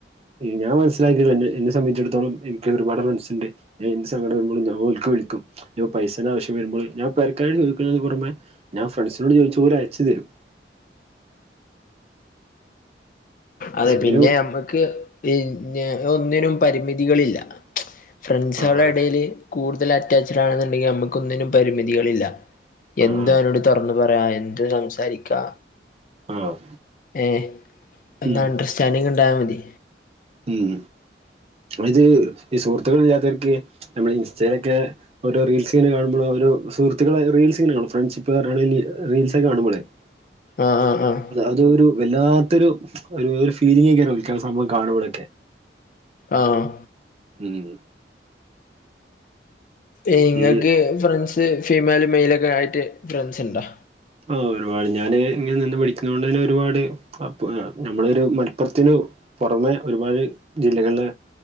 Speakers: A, on the right; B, on the left.
A: ഞാൻ മനസ്സിലാക്കിയത് എന്നെ എന്നെ സംബന്ധിച്ചിടത്തോളം എനിക്ക് ഒരുപാട് ഫ്രണ്ട്സ്ണ്ട് ഞാ എന്ത്‌ സങ്കടം വരുമ്പളും ഞാൻ ഓൽക്ക് വിളിക്കും ഇനി പൈസന്റെ ആവശ്യം വരുമ്പളും ഞാൻ പെരക്കാരോട് ചോയ്ക്ണെതിന്റെ പൊറമേ ഞാൻ ഫ്രണ്ട്സിനോട് ചോദിച്ചാ ഓല് അയച്ച് തരും അപ്പൊ
B: അതെ
A: എന്തിനു
B: പിന്നെ അമ്മക്ക് പിന്നെ ഒന്നിനും പരിമിതികളില്ല. ഫ്രൺസാളെ
A: ആഹ്
B: എടില് കൂടുതല് അറ്റാച്ച്ഡ് ആണ്ന്ന്ണ്ടെങ്കി നമുക്കൊന്നിനും പരിമിതികളില്ല
A: ആഹ്
B: എന്തും ഓലോട്‌ തോറെന്ന് പറയാ എന്തും സംസാരിക്കാ
A: ആഹ്
B: ഏഹ് ഒന്ന്
A: ഉം
B: അണ്ടർസ്റ്റാൻിങ് ഇണ്ടായാ മതി
A: ഉം ഇത് ഈ സുഹൃത്ത്ക്കളി ല്ലാത്തോൽക്ക് നമ്മള് ഇൻസ്റ്റയിലൊക്കെ ഓരോ റീൽസ്ങ്ങനെ കാണുമ്പോളോരോ സുഹൃത്ത്ക്കളെ റീൽസിങ്ങനെ കാണും ഫ്രണ്ട്ഷിപ്പ് പർഞ്ഞാണ്ട് റീൽസൊക്കെ കാണുമ്പളെ <inaudible>
B: ആഹ് ആഹ്
A: അത് ഒരു വല്ലാത്തൊരു ഒരു ഫീലിഗ്ങ്ങെക്കാരം ഓൽക്കാ സംഭവം കാണുമ്പളോക്കെ
B: ആഹ്
A: ഉം
B: ഇങ്ങക്ക്
A: ഈ
B: ഫ്രൺസ് ഫീമേലും മെയ്ലും ഒക്കെ ആയിട്ട് ഫ്രൺസ്ണ്ടോ?
A: ആഹ് ഒരുപാട് ഞാന് ഇങ്ങനെ നിന്ന് പഠിക്കുന്നേണ്ടെന്നെ ഒരു പാട് <unintelligible> നമ്മളൊരു മലപ്പുർത്തിനു പോറെമെ ഒരുപാട് ജില്ലകളിലെ